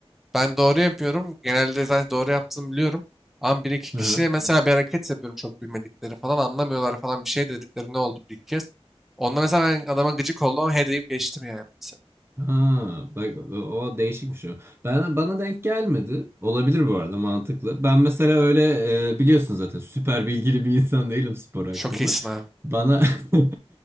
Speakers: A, in the centre; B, on the right.
A: Ben doğru yapıyorum. Genelde zaten doğru yaptığımı biliyorum. Ama bir iki
B: Hı
A: kişiye
B: hı.
A: mesela bir hareket yapıyorum çok bilmedikleri falan anlamıyorlar falan bir şey dedikleri ne oldu bir iki kez. Onda mesela ben adama gıcık oldum ama he deyip geçtim yani mesela.
B: Ha, bak o, o değişikmiş o. Ben, bana denk gelmedi. Olabilir bu arada mantıklı. Ben mesela öyle e, biliyorsun zaten süper bilgili bir insan değilim spor hakkında.
A: Çok iyisin abi.
B: Bana <laughs>